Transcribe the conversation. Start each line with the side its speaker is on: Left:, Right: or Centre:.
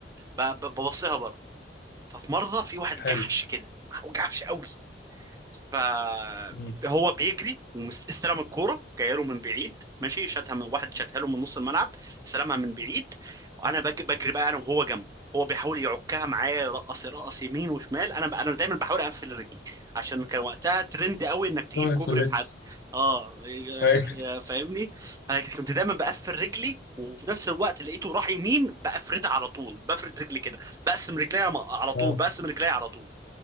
Right: ب... ببصيها بره ففي مره في واحد
Left: حلو
Right: جحش كده جحش قوي فهو
Left: مم.
Right: بيجري واستلم الكوره جايه له من بعيد ماشي شاتها من واحد شاتها له من نص الملعب استلمها من بعيد انا بج- بجري بقى انا وهو جنبه هو بيحاول يعكها معايا يرقص يرقص يمين وشمال انا ب... انا دايما بحاول اقفل رجلي عشان كان وقتها ترند قوي انك تجيب
Left: ليه ما
Right: كوبري
Left: تتفلس
Right: في حد اه
Left: أيوه
Right: ف- فاهمني فكنت دايما بقفل رجلي وفي نفس الوقت لقيته راح يمين بقفردها على طول بفرد رجلي كده بقسم رجلي على طول
Left: آه.
Right: بقسم رجلي على طول